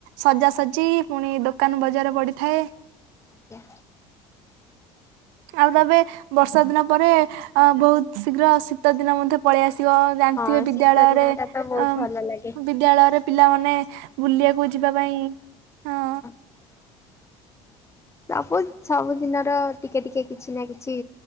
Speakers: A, on the right (about 75°); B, on the left (about 20°).
A: ସଜାସଜି ପୁଣି ଦୋକାନ ବଜାର ପଡିଥାଏ।
B: ଆଜ୍ଞା।
A: ଆଉ ତବେ ବର୍ଷା ଦିନ ପରେ ଅ ବହୁତ ଶୀଘ୍ର ଶୀତ ଦିନ ମଧ୍ୟ ପଳେଇ ଆସିବ। ଜାଣିଥିବେ
B: ହଁ
A: ବିଦ୍ୟାଳୟରେ
B: ଶୀତ ଦିନଟା
A: ଅ
B: ତ ବହୁତ ଭଲ ଲାଗେ।
A: ବିଦ୍ୟାଳୟରେ ପିଲାମାନେ ବୁଲିବାକୁ ଯିବା ପାଇଁ ହଁ
B: ଫାଙ୍କା ଅଡିଓ। ସବୁ ସବୁଦିନର ଟିକେ ଟିକେ କିଛି ନା କିଛି